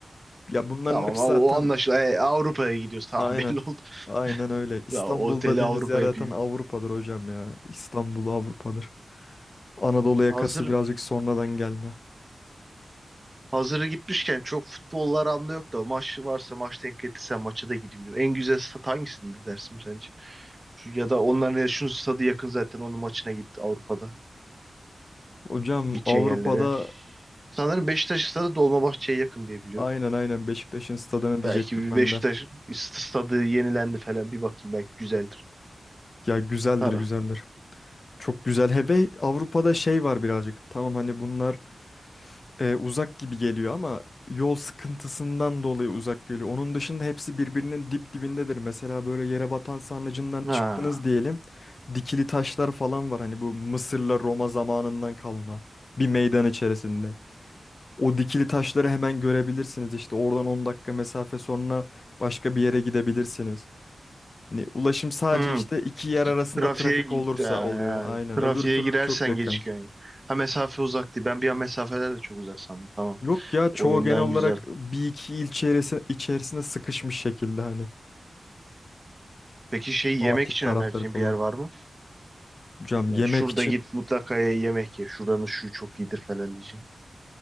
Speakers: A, on the left; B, on the right.
A: Ya bunların
B: Tamam
A: hepsi
B: o, o
A: zaten
B: anlaşılıyor. E, Avrupa'ya gidiyoruz. Tamam
A: aynen.
B: <laughs> belli oldu.
A: Aynen öyle. İstanbul'da
B: Ya oteli
A: dediğimiz
B: Avrupa
A: yer zaten
B: yapayım.
A: Avrupa'dır hocam ya. İstanbul Avrupa'dır. Anadolu yakası
B: Hazır
A: birazcık sonradan gelme.
B: hazırı gitmişken çok futbollar anlamda yok da maç varsa maç denk getirse maça da gideyim diyorum. En güzel stat hangisindir dersin sence? Şu- Ya da onların ya şunun stadı yakın zaten onun maçına git Avrupa'da.
A: Hocam
B: Gideceğin
A: Avrupa'da
B: yerlere. Sanırım Beşiktaş stadı Dolmabahçe'ye yakın diye biliyorum.
A: aynen aynen Beşiktaş'ın stadını diyecektim
B: Belki bir
A: ben
B: Beşiktaş
A: de.
B: bir st- stadı yenilendi falan bir bakayım belki güzeldir.
A: Ya güzeldir
B: Para.
A: güzeldir. Çok güzel. Hebe Avrupa'da şey var birazcık. Tamam hani bunlar e, uzak gibi geliyor ama yol sıkıntısından dolayı uzak geliyor. Onun dışında hepsi birbirinin dip dibindedir. Mesela böyle yere batan sarnıcından
B: Ha.
A: çıktınız diyelim. Dikili taşlar falan var. Hani bu Mısır'la Roma zamanından kalma bir meydan içerisinde. O dikili taşları hemen görebilirsiniz. İşte oradan 10 dakika mesafe sonra başka bir yere gidebilirsiniz. Hani ulaşım sadece
B: Hmm.
A: işte iki yer arasında
B: Trafiğe,
A: trafik
B: gi-
A: olursa
B: ha,
A: oluyor. Aynen.
B: trafiğe
A: Öbür türlü
B: girersen
A: çok yakın.
B: gecikiyorsun. Ha mesafe uzak değil. Ben bir an mesafeler de çok uzak sandım. Tamam.
A: Yok ya
B: O
A: çoğu
B: yönden
A: genel olarak
B: güzel.
A: bir iki il içerisinde, içerisinde sıkışmış şekilde hani
B: Peki şey
A: Fatih
B: yemek için
A: tarafları
B: önerdiğin
A: falan.
B: bir yer var mı?
A: Hocam
B: Ya
A: yemek
B: şurada
A: için
B: git mutlaka ye- yemek ye. Şuranın şu çok iyidir falan diyeceğim.